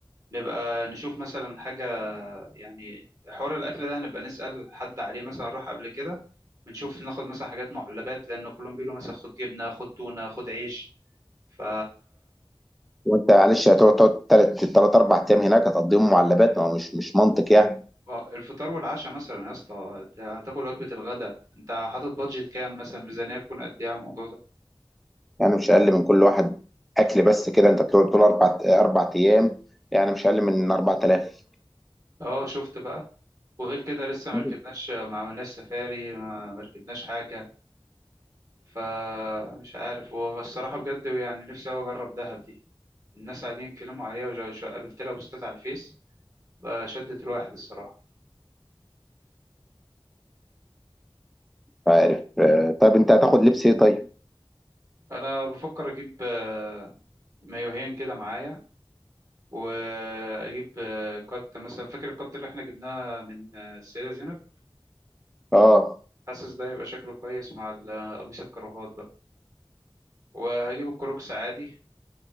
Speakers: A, on the right; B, in the centre.
A: نبقى نشوف مثلا حاجه يعني حوار الاكل ده نبقى نسأل حد عليه مثلا راح قبل كده بنشوف ناخد مثلا حاجات معلبات لان كلهم بيقولوا مثلا خد جبنه خد تونه خد عيش ف
B: وانت معلش هتقعد تقعد تلات تلات اربع ايام هناك هتقضيهم معلبات ما هو مش مش منطق يعني
A: آه، الفطار والعشاء مثلا يا اسطى أنت هتاكل وجبة الغداء انت حاطط بادجت كام مثلا ميزانية تكون قد ايه على الموضوع ده
B: يعني مش اقل من كل واحد اكل بس كده انت بتقعد طول اربع اربع ايام يعني مش اقل من 4000
A: اه شفت بقى وغير كده لسه ما
B: مش
A: ركبناش ما عملناش سفاري ما ما ركبناش حاجة فمش عارف هو الصراحة بجد يعني نفسي أوي أجرب دهب دي الناس قاعدين يتكلموا عليها وجا- شو- قابلت لها بوستات على الفيس فشدت الواحد الصراحة
B: عارف آه، طيب انت هتاخد لبس ايه طيب؟
A: أنا بفكر أجيب آه، مايوهين كده معايا وأجيب آه، قط مثلا فاكر القط اللي احنا جبناه من آه، السيدة زينب
B: اه
A: حاسس ده يبقى شكله كويس مع ال- قميص الكروهات بقى وهجيب الكروكس عادي